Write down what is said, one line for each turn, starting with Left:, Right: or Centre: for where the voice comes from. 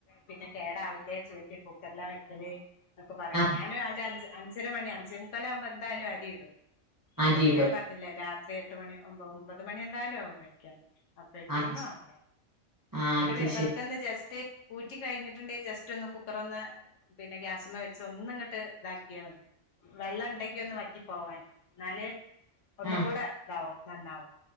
Left: പിന്നെ കേടാവില്ല ചോദിക്കും കുക്കറില്ലാ വെക്കല് ഒക്ക പറയ്പ
Right: ആഹ്
Left: ഞാൻ അഞ്ചര മണി അഞ്ച മുക്കാല ആവുമ്പോ എന്തായാലും അരി ഇടും എന്നിട്ട്
Right: അരിയിടും
Left: പിന്നെ ഞാൻ പറഞ്ഞില്ലേ രാത്രി എട്ട് മണി ഒമ്പത് മണി എന്തായാലും ആവും കഴിക്കൻ അപ്പേയ്ക്ക്
Right: അതെ
Left: ഒന്നും ആവില്ല
Right: ആഹ്
Left: എന്നിട്ട്
Right: അത് ശരി
Left: വെറുതൊന്ന് ജസ്റ്റ് ഊറ്റി കഴിഞ്ഞിട്ടുണ്ടങ്കിൽ ജസ്റ്റ് ഒന്ന് കുക്കർ ഒന്ന് പിന്നെ ഗ്യാസമ്മ വെച്ച് ഒന്ന് ഇങ്ങട്ട് ഇതാക്കിയാ മ വെള്ളം ഇണ്ടങ്കി ഒന്ന് വറ്റി പോവാൻ എന്നാല് ഒന്നും
Right: ആഹ്
Left: കൂടെ ഇതാവും നന്നാവും